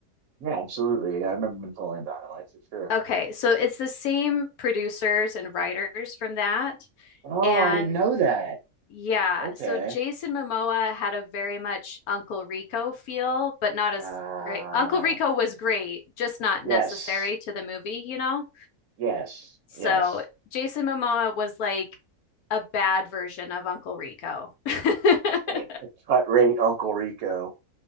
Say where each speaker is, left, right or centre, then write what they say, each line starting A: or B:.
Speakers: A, on the right (about 70°); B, on the left (about 75°).
A: Yeah, absolutely. I remember him pulling dynamite for sure.
B: Okay, so it's the same producers and writers from that.
A: Oh,
B: And
A: I didn't know that.
B: Yeah,
A: Okay.
B: so Jason Momoa had a very much Uncle Rico feel, but not as
A: Uh
B: great. Uncle Rico was great, just not necessary
A: yes.
B: to the movie, you know?
A: Yes.
B: So
A: Yes.
B: Jason Momoa was like a bad version of Uncle Rico. <laughs>
A: Like a cut rate Uncle Rico.